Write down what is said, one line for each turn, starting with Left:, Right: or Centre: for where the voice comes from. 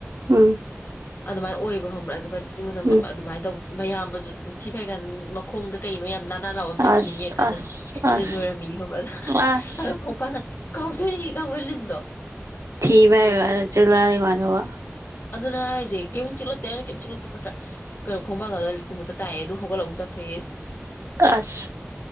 Right: ꯎꯝ
Left: ꯑꯗꯨꯃꯥꯏꯅ ꯑꯣꯏꯕ ꯍꯧꯪꯕ꯭ꯔꯥ ꯑꯗꯨꯒ ꯆꯤꯡ
Right: ꯎꯝ
Left: ꯑꯗꯨꯃꯥꯏꯅ ꯇꯧꯕ ꯃꯌꯥꯝꯕꯁꯨ ꯁꯤ ꯐꯩꯒꯟ ꯃꯈꯣꯡꯗ ꯀꯩꯅꯣ ꯅꯅꯥ ꯂꯅꯥꯕꯝ ꯆꯠꯈꯤꯅꯤ
Right: ꯑꯁ
Left: ꯌꯦ ꯀꯥꯟꯗ
Right: ꯑꯁ ꯑꯁ
Left: ꯑꯣꯏꯣꯏꯔꯝꯃꯤ ꯈꯗ
Right: ꯑꯁ
Left: ꯑꯗꯨ ꯈꯣꯡꯄꯥ ꯀꯥꯎꯊꯣꯏ ꯀꯥꯎꯔ ꯂꯤꯟꯗꯣ
Right: ꯊꯤꯕꯒ
Left: ꯑꯗꯣ
Right: ꯆꯂꯔ ꯋꯥꯗꯕ
Left: ꯑꯗꯨꯅ ꯍꯥꯏꯁꯦ ꯀꯩꯝꯨꯛ ꯆꯤꯛꯂꯛꯇꯦꯅ ꯀꯔꯤꯝꯛ ꯆꯤꯛꯂꯛꯇ꯭ꯔꯣ ꯈꯣꯠꯇ꯭ꯔꯥ ꯀꯩꯅꯣ ꯈꯣꯡꯕꯥꯡꯒꯗ ꯀꯨꯝꯃꯨꯇ ꯇꯥꯏꯑꯦ ꯑꯗꯨ ꯍꯧꯒꯠꯂꯛꯨꯛ ꯆꯠꯈ꯭ꯔꯦ
Right: ꯑꯁ